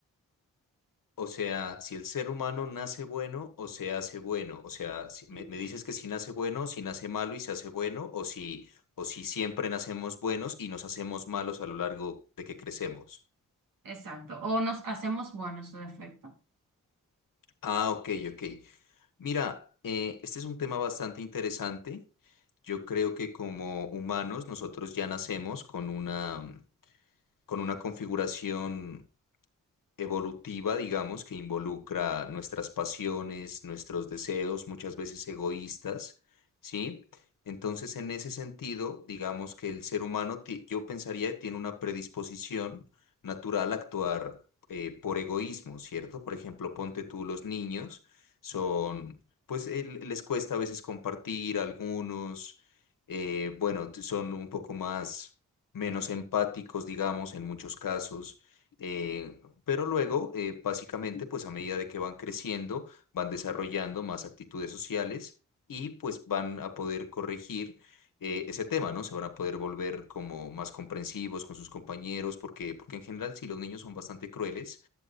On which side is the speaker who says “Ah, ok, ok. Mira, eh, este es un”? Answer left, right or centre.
Left